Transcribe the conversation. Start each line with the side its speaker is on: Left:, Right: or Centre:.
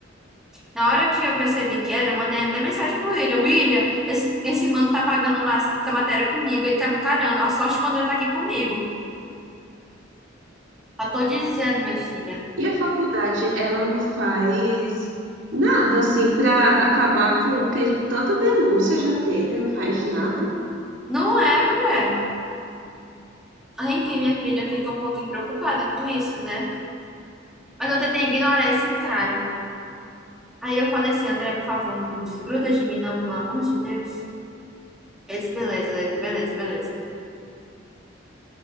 Centre: na hora que eu percebi que era, eu mandei até mensagem pro William. William, esse, esse mano tá pagando uma, essa matéria comigo, ele tá me encarando. A sorte quando ele tá aqui comigo. Já tô dizendo, minha filha.
Right: E a faculdade, ela não faz nada assim para acabar com porque tanta denúncia já teve, não faz nada.
Centre: Não é, mulher. Ah, Enfim, minha filha fica um pouquinho preocupada com isso, né? Mas eu tentei ignorar esse cara. Aí eu falei assim, André, por favor, não desgruda de mim, não, pelo amor de Deus. Ele disse, beleza, beleza, beleza, beleza.